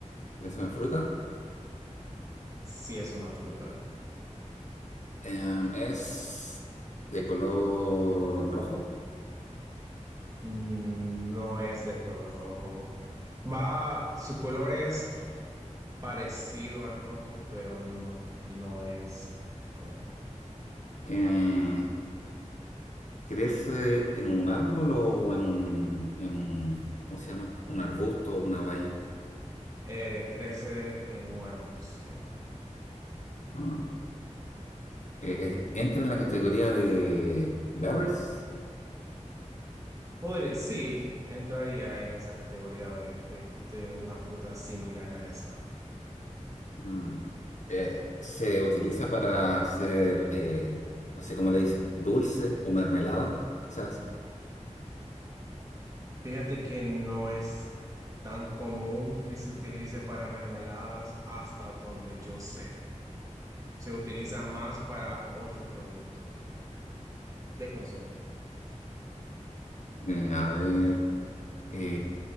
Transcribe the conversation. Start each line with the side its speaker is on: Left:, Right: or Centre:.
Left: Es una fruta.
Right: Sí es una fruta.
Left: Em, es de color rojo.
Right: Mm, No es de color rojo. Va, su color es parecido al rojo, pero no, no es rojo.
Left: Eh, ¿crece en un árbol o en un, en un, ¿cómo se llama? Un arbusto o una valla.
Right: Eh, crece en un arbusto.
Left: Mm. Eh, eh, ¿entra en la categoría de berries?
Right: Podría, sí, entraría en esa categoría de, de- de una fruta similar a esa.
Left: Mm. Eh, ¿se utiliza para hacer, eh, no sé cómo le dicen, dulce o mermelada? Cosas así.
Right: Fíjate que no es tan común que se utilice para mermeladas hasta donde yo sé. Se utiliza más para otro producto de consumo.
Left: Eh, a ver, eh,